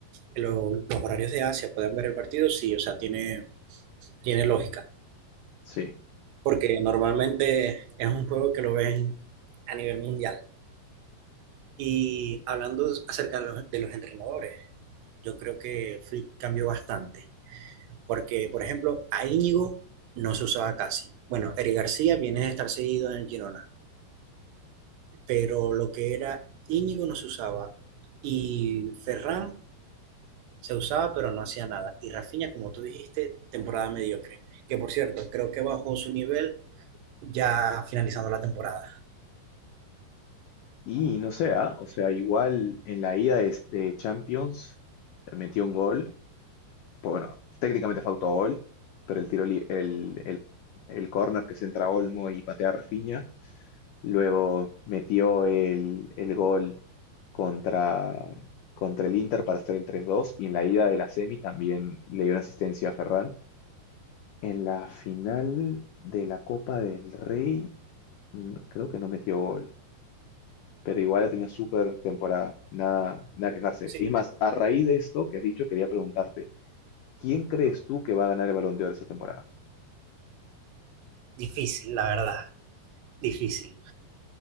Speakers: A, on the right (about 80°); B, on the left (about 80°).
A: lo- los horarios de Asia puedan ver el partido, sí, o sea, tiene, tiene lógica,
B: Sí.
A: porque normalmente es un juego que lo ven a nivel mundial. Y hablando acerca de los, de los entrenadores, yo creo que Flick cambió bastante, porque por ejemplo, a Íñigo no se usaba casi. Bueno, Eric García viene de estar seguido en el Girona, pero lo que era Íñigo no se usaba y Ferran se usaba pero no hacía nada. Y Rafinha, como tú dijiste, temporada mediocre, que por cierto, creo que bajó su nivel ya finalizando la temporada.
B: Y no sé, ah, O sea, igual en la ida de, de Champions eh, metió un gol. Pues bueno, técnicamente fue autogol, pero el tiro, li- el, el, el córner que centra Olmo y patea Rafinha. Luego metió el, el gol contra, contra el Inter para hacer el 3-2. Y en la ida de la semi también le dio una asistencia a Ferran. En la final de la Copa del Rey, mm, creo que no metió gol. pero igual ha tenido súper temporada, nada, nada quejarse.
A: Sí,
B: Y es más, a raíz de esto que has dicho, quería preguntarte, ¿quién crees tú que va a ganar el Balón de Oro esta temporada?
A: difícil, la verdad, difícil.